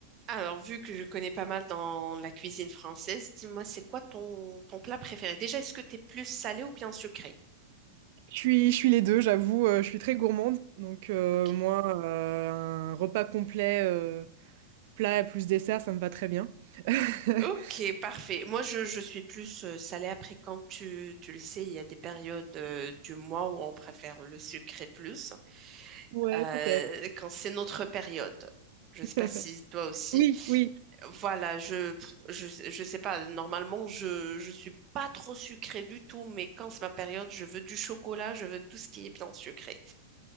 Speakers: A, on the right; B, on the right.
A: Alors, vu que je connais pas mal dans la cuisine française, dis-moi, c'est quoi ton, ton plat préféré? Déjà, est-ce que t'es plus salé ou bien sucré?
B: Je suis, je suis les deux, j'avoue, euh, je suis très gourmande. Donc euh,
A: Ok.
B: moi, euh, un repas complet, euh, plat plus dessert, ça me va très bien. <laughs>
A: Ok, parfait. Moi, je, je suis plus euh, salée. Après, quand tu, tu le sais, il y a des périodes euh, du mois où on préfère le sucré plus,
B: Ouais,
A: euh,
B: peut-être.
A: quand c'est notre période. Je
B: <laughs>
A: sais pas si toi aussi.
B: Oui, oui.
A: Voilà, je, je, je sais pas. Normalement, je, je suis pas trop sucrée du tout, mais quand c'est ma période, je veux du chocolat, je veux tout ce qui est bien sucré.